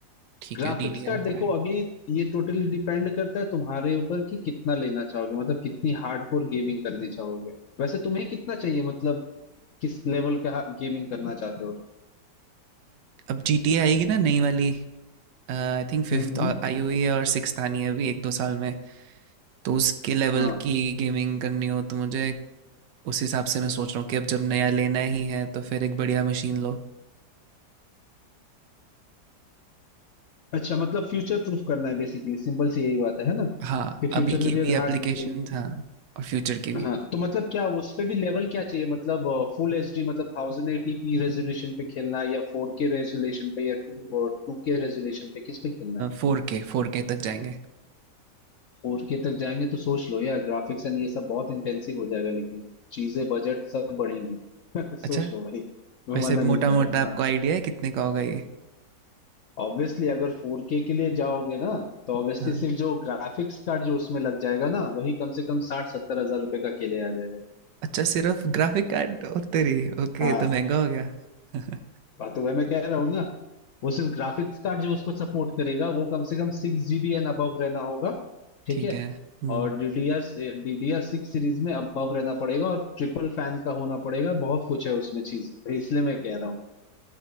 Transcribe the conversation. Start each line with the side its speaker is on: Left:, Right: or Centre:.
Right: ठीक
Left: ग्राफिक्स
Right: है डी डी
Left: कार्ड
Right: आर
Left: देखो
Right: फाइव
Left: अभी ये टोटली डिपेंड करता है तुम्हारे ऊपर कि कितना लेना चाहोगे मतलब कितनी हार्डकोर गेमिंग करनी चाहोगे वैसे तुम्हें कितना चाहिए मतलब किस लेवल का गेमिंग करना चाहते हो
Right: अब जी टी आएगी ना नई वाली आई थिंक फिफ्थ
Left: तुम? हम्म हम्म।
Right: आई हुई है और सिक्स्थ आनी है अभी एक दो साल में तो उसके लेवल
Left: हाँ
Right: की गेमिंग करनी हो तो मुझे उस हिसाब से मैं सोच रहा हूँ कि अब जब नया लेना ही है तो फिर एक बढ़िया मशीन लो
Left: अच्छा मतलब फ्यूचर प्रूफ करना है बेसिकली सिंपल सी यही बात है है ना
Right: हाँ
Left: कि फ्यूचर
Right: अभी की
Left: में भी
Right: भी एप्लीकेशन
Left: हार्ड गेमिंग
Right: हाँ और फ्यूचर की भी
Left: हाँ तो मतलब क्या उस पे भी लेवल क्या चाहिए मतलब फुल एच डी मतलब थाउजेंड एटी पी रेजोल्यूशन पे खेलना है या फोर के रेजोल्यूशन पे या टू और टू के रेजोल्यूशन पे किस पे खेलना है
Right: फोर के फोर के तक जाएंगे
Left: फोर के तक जाएंगे तो सोच लो यार ग्राफिक्स एंड ये सब बहुत इंटेंसिव हो जाएगा लेकिन चीजें बजट सब बढ़ेंगी <laughs> सोच
Right: अच्छा
Left: लो भाई मैं
Right: वैसे
Left: मना नहीं
Right: मोटा
Left: कर
Right: मोटा
Left: रहा
Right: आपको
Left: हाँ
Right: आइडिया है कितने का होगा ये
Left: ऑब्वियसली अगर फोर के के लिए जाओगे ना तो ऑब्वियसली
Right: हाँ
Left: सिर्फ जो ग्राफिक्स कार्ड जो उसमें लग जाएगा ना वही कम से कम साठ सत्तर हजार रुपए का अकेले आ जाएगा
Right: अच्छा सिर्फ ग्राफिक कार्ड और तेरी ओके
Left: हाँ
Right: तो महंगा हो गया <laughs>
Left: बात तो वह मैं कह रहा हूँ ना वो सिर्फ ग्राफिक्स कार्ड जो उसको सपोर्ट करेगा वो कम से कम सिक्स जीबी एंड अबव रहना होगा ठीक
Right: ठीक
Left: है
Right: है हम्म
Left: और डीडीआर डीडीआर सिक्स सीरीज में अबव रहना पड़ेगा और ट्रिपल फैन का होना पड़ेगा बहुत कुछ है उसमें चीज तो इसलिए मैं कह रहा हूँ